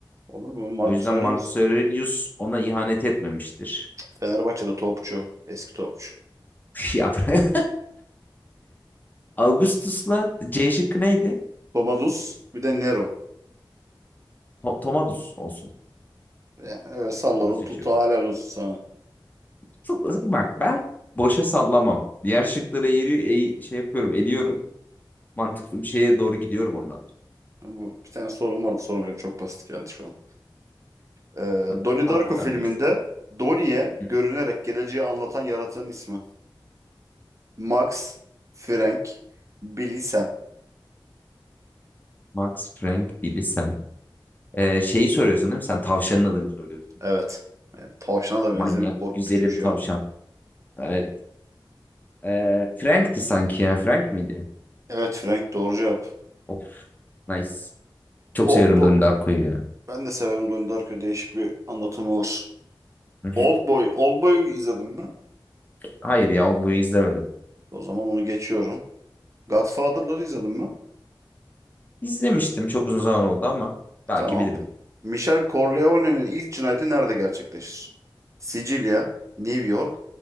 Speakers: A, on the right; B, on the left.
A: olur mu? Marcus
B: O yüzden
A: Aurelius
B: Marcus Aurelius ona ihanet etmemiştir.
A: Fenerbahçe'de topçu, eski topçu.
B: <laughs> Ya bırak. Augustus'la C şıkkı neydi?
A: Commodus, bir de Nero.
B: To- Tomadus olsun.
A: Yani öyle salladım
B: Onu seçiyorum.
A: tuttu helal olsun sana.
B: Tıklasın. Bak ben boşa sallamam. Diğer şıkları eğri, eğ- şey yapıyorum, eliyorum. Mantıklı bir şeye doğru gidiyorum ondan
A: Bu, bir tane sorum vardı sorum çok basit geldi şu an. Ee,
B: sonra.
A: Donnie
B: Tamam
A: Darko
B: sen
A: filminde
B: bilirsin.
A: Donnie'ye
B: Hı hı.
A: görünerek geleceği anlatan yaratığın ismi. Max, Frank, Billy Sam.
B: Max Frank bilirsem. Ee, şeyi soruyorsun değil mi? Sen tavşanın adını soruyorsun.
A: Evet. Yani tavşana da
B: Manyak
A: benzemiyor. Korkutucu
B: güzelim
A: bir şey
B: tavşan.
A: ama.
B: Evet. Ee, Frank'ti sanki ya. Frank miydi?
A: Evet Frank doğru cevap.
B: Of. Nice. Çok
A: Old,
B: severim Donnie Darko'yu ya.
A: Ben de severim Donnie Darko. Değişik bir anlatımı var.
B: Hı hı.
A: Oldboy. Oldboy'u izledim mi?
B: Hayır ya Oldboy'u izlemedim.
A: O zaman onu geçiyorum. Godfather'ları izledim mi?
B: İzlemiştim çok uzun zaman oldu ama belki
A: Tamam.
B: bilirim.
A: Michel Corleone'nin ilk cinayeti nerede gerçekleşir? Sicilya, New York,